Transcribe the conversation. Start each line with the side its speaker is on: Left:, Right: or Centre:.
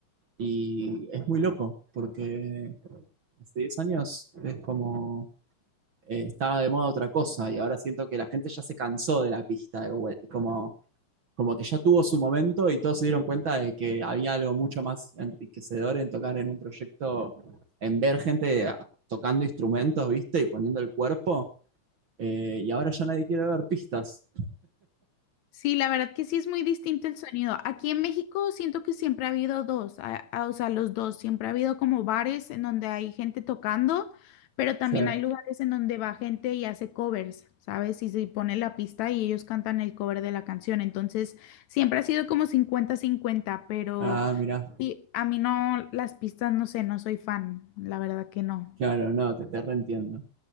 Right: Y es muy loco, porque hace 10 años es como eh, estaba de moda otra cosa y ahora siento que la gente ya se cansó de la pista de vuelta. Como como que ya tuvo su momento y todos se dieron cuenta de que había algo mucho más enriquecedor en tocar en un proyecto, en ver gente tocando instrumentos, ¿viste? Y poniendo el cuerpo. eh, y ahora ya nadie quiere ver pistas.
Left: Sí, la verdad que sí es muy distinto el sonido. Aquí en México siento que siempre ha habido dos, a- a- o sea, los dos, siempre ha habido como bares en donde hay gente tocando, pero también
Right: Sí.
Left: hay lugares en donde va gente y hace covers, ¿sabes? Y se pone la pista y ellos cantan el cover de la canción. Entonces, siempre ha sido como cincuenta-cincuenta, pero
Right: Ah, mirá,
Left: sí, a mí no, las pistas, no sé, no soy fan, la verdad que no.
Right: claro, no, te, te reentiendo.